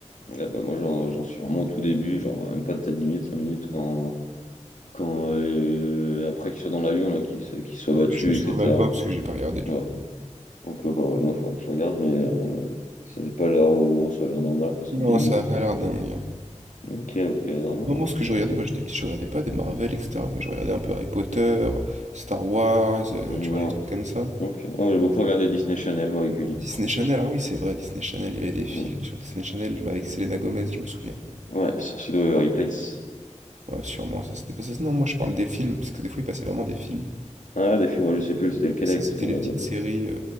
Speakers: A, on the left; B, on the right.
A: Ah bah, moi, j'en j'en suis vraiment au tout début, genre même pas peut-être 10 minutes, 5 minutes, quand, quand euh, après qu'il soit dans l'avion, là, qu'il se- qu'il soit
B: Ah
A: battu,
B: ouais. Ouais, je me souviens
A: etc.
B: même pas parce que j'ai pas regardé du
A: Ouais.
B: coup.
A: Donc, euh, bah, ouais, non, faudra que je regarde, mais euh, ça n'est pas l'air au gros, ça a l'air normal, après, c'est le
B: Non,
A: début.
B: ça
A: Donc.
B: a pas l'air dingue.
A: Ok, ok, non, non,
B: Non,
A: après,
B: moi, ce que je regardais
A: attends.
B: quand j'étais petit, je regardais pas des Marvel, etc. Bah, je regardais un peu Harry Potter, Star Wars, euh,
A: Non.
B: tu vois, les trucs comme ça.
A: Ok. Oh, j'ai beaucoup regardé Disney Channel, moi, et Gulli
B: Disney
A: aussi.
B: Channel, ah oui, c'est vrai, Disney Channel, il y avait des films
A: Mm.
B: sur Disney Channel mais avec Selena Gomez, je me souviens.
A: Ouais, Sorcier de Waverly Place.
B: Ouais, sûrement, ça c'était pas ça. Non, moi, je parle des films parce que des fois, ils passaient vraiment des films.
A: Ah, des films, moi, je sais plus, c'était lequel
B: Ça, c'était
A: c'est Selena
B: les petites
A: Gomez.
B: séries. euh,